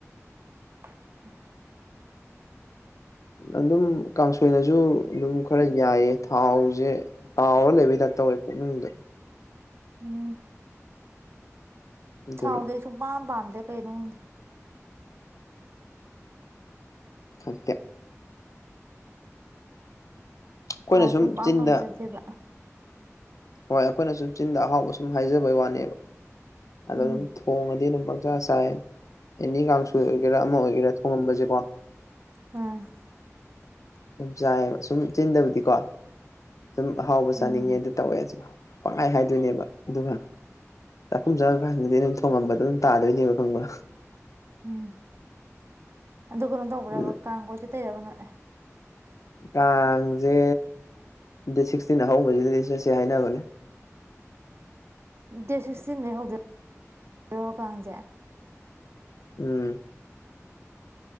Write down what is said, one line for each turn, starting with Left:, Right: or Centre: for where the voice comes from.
Right: <inaudible>
Left: ꯑꯗꯨꯝ ꯀꯥꯡꯁꯣꯏꯅꯁꯨ ꯑꯗꯨꯝ ꯈꯔ ꯌꯥꯏꯌꯦ ꯊꯥꯎꯁꯦ ꯇꯥꯎꯔꯥ ꯂꯩꯕꯩ ꯇ ꯇꯧꯋꯦ ꯄꯨꯅꯤꯡꯗ
Right: ꯎꯝ
Left: ꯑꯗꯨꯅ
Right: ꯊꯥꯎꯗꯤ ꯑꯩ ꯁꯨꯡꯄꯥꯝ ꯄꯥꯝꯗꯦ ꯀꯩꯅꯣ ꯈꯪꯗꯦ
Left: ꯊꯣꯛꯇꯦ ꯑꯩꯈꯣꯏꯅ
Right: ꯊꯥꯎ ꯁꯨꯝ ꯄꯥꯝ
Left: ꯆꯤꯟꯗ
Right: ꯄꯥꯝꯖꯗꯦꯕ
Left: ꯍꯣꯏ ꯑꯩꯈꯣꯏꯅꯁꯨꯨꯝ ꯆꯤꯟꯗ ꯑꯍꯥꯎꯕ ꯁꯨꯝ ꯍꯥꯏꯖꯕꯩ ꯋꯥꯅꯦꯕ ꯑꯗꯣ
Right: ꯎꯝ
Left: ꯑꯗꯨꯝ ꯊꯣꯡꯉꯗꯤ ꯑꯗꯨꯝ ꯆꯆꯥ ꯆꯥꯏ ꯑꯦꯅꯤ ꯀꯥꯡꯁꯣꯏ ꯑꯣꯏꯒꯦꯔꯥ ꯑꯃ ꯑꯣꯏꯒꯦꯔꯥ ꯊꯣꯡꯉꯝꯕꯁꯦꯀꯣ
Right: ꯑꯝ
Left: ꯑꯗꯨꯝ ꯆꯥꯏꯌꯦꯕ ꯁꯨꯝ ꯆꯤꯟꯗꯕꯗꯤꯀꯣ ꯁꯨꯝ ꯑꯍꯥꯎꯕ
Right: ꯎꯝ
Left: ꯆꯥꯅꯤꯡꯉꯦ ꯑꯗꯨ ꯇꯧꯋꯦ ꯄꯪꯈꯥꯏ ꯍꯥꯏꯗꯣꯏꯅꯦꯕ ꯑꯗꯨꯒ ꯆꯥꯛꯈꯨꯝ ꯆꯪꯉꯀꯥꯟꯗꯗꯤ ꯑꯗꯨꯝ ꯊꯣꯡꯉꯝꯕꯗꯣ ꯑꯗꯨꯝ ꯇꯥꯗꯣꯏꯅꯦꯕ ꯈꯪꯕ
Right: ꯎꯝ ꯑꯗꯨ ꯀꯩꯅꯣ ꯇꯧꯕ꯭ꯔꯕ
Left: ꯑꯗꯨꯅ
Right: ꯀꯥꯡ ꯀꯣꯏ ꯆ ꯇꯩꯔꯕꯅꯣ ꯑꯦ
Left: ꯀꯥꯡꯁꯦ ꯗꯦꯠ ꯁꯤꯛꯁꯇꯤꯟ ꯑꯍꯧꯕꯁꯤꯗꯗꯤ ꯆꯠꯁꯦ ꯍꯥꯏꯅꯕꯅꯦ
Right: ꯗꯦꯠ ꯁꯤꯛꯁꯇꯤꯟꯗꯒꯩ ꯍꯧꯗꯏꯔꯣ ꯀꯥꯡꯁꯦ
Left: ꯎꯝ